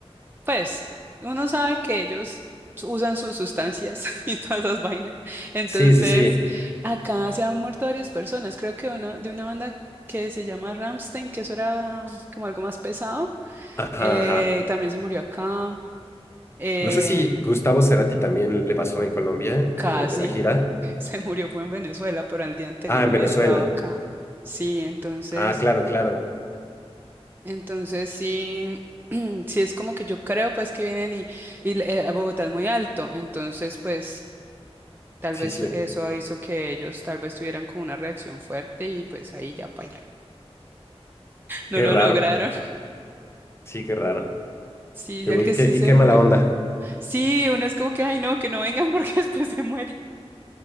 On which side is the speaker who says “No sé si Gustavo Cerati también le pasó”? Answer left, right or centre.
Left